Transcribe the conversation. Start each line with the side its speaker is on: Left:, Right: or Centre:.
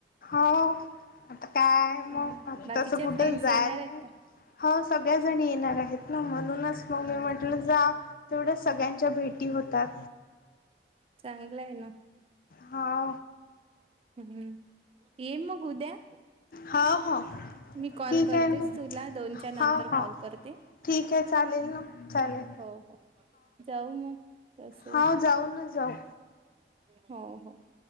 Left: हो आता काय मग
Right: हा
Left: आता
Right: बाकीच्या
Left: तसं कुठं
Right: फ्रेंड्स
Left: जायला
Right: येणार आहेत
Left: नाही
Right: का?
Left: हो सगळ्याजणी येणार आहेत ना म्हणूनच मग
Right: हा
Left: मी म्हटलं
Right: हा.
Left: जा तेवढ्या सगळ्यांच्या भेटी होतात..
Right: चांगलं आहे ना.
Left: हो.
Right: हम्म ये मग उद्या.
Left: हो हो
Right: मी कॉल
Left: ठीक
Right: करतेच
Left: आहे ना
Right: तुला, दोनच्या नंतर
Left: हो हो
Right: कॉल करते.
Left: ठीक आहे चालेल ना चालेल
Right: हो हो जाऊ मग तस
Left: हो जाऊ ना जाऊ
Right: हो हो